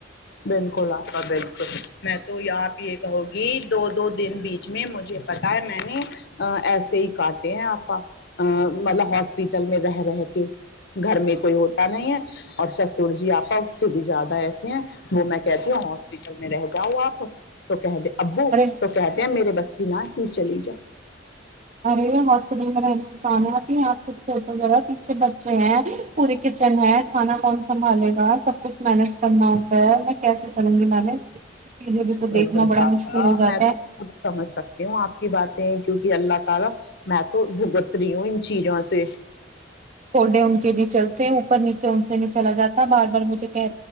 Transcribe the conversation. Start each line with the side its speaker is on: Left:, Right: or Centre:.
Left: بالکل آپا بالکل میں تو یہاں پ یہ کہوں گی دو دو دن بیچ میں مجھے پتا ہے میں نے ایسے ہی کاٹے ہیں آپا ا مطلب ہاسپٹل میں رہ رہ کے گھر میں کوئی ہوتا نہیں ہے اور سسر جی آپا اس سے بھی زیادہ ایسے ہیں وہ میں کہتی ہوں ہاسپٹل میں رہ جاؤ آپ تو کہ د ابو
Right: ارے
Left: تو کہہتے ہیں میرے بس کہنا ت چلی جاؤ
Right: ارے ہاسپٹل میں رہنا انسان ہے ابھی آپ کھ سوچ جائے گا پیچھے بچے ہیں پورے کچن ہے کھانا من سنبالے گا سب کچھ مینج کرنا ہوتا ہے میں کیسے کروں گی مینج یہ چیزیں بھی تو
Left: بس
Right: دیکھنا
Left: بس
Right: بڑا
Left: آپ
Right: مشکل ہو جاتا
Left: میں تو
Right: ہے
Left: سمجھ سکتی ہوں آپ کی بات کیونکہ اللہ تعالی میں تو بھگت رہی ہوں ان چیزوں سے
Right: کوڈے ان کے لیے چلتے ہیں اوپر نیچے ان سے چلا جاتا بار بارجھے کہ